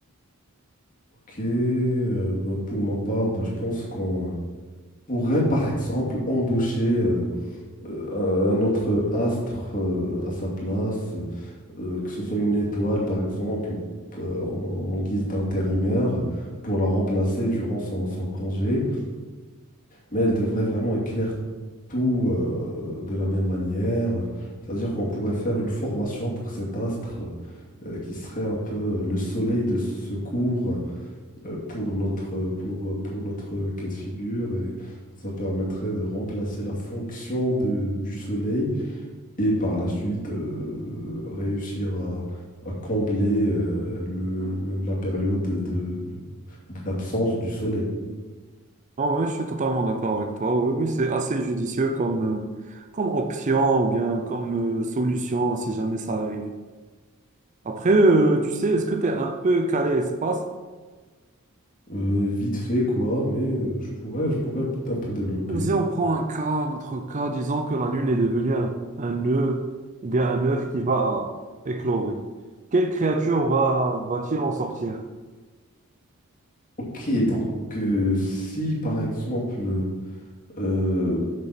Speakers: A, on the left; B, on the right.
A: ok, euh, bah, pour ma part, bah, je pense qu'on pourrait
B: Mhm.
A: par exemple embaucher euh, euh, un un autre astre euh, à sa place, euh, que ce soit une étoile par exemple, euh, en, en guise d'intérimaire, pour la remplacer durant son son congé. Mais elle devrait vraiment éclairer tout euh, de la même manière. C'est-à-dire qu'on pourrait faire une formation pour cet astre euh, qui serait un peu euh, le soleil de secours euh, pour notre, euh, pour, euh, pour notre cas de figure et ça permettrait de remplacer la fonction de- du soleil et par la suite euh, réussir à, à combler euh, le- le- la période de, de- d'absence du soleil.
B: Ah ouais, je suis totalement d'accord avec toi. Oui, oui, c'est assez judicieux comme, euh, comme option ou bien comme euh, solution si jamais ça arrive. Après, euh, tu sais, est-ce que tu es un peu calé espace?
A: Euh, vite fait quoi, mais euh, je pourrais, je pourrais un peu développer.
B: Si on prend un cas, notre cas, disons que la Lune est devenue un, un nœud, ou bien un œuf qui va éclorer. Quelle créature va, va-t-il en sortir?
A: Ok, donc euh, si par exemple, euh, euh,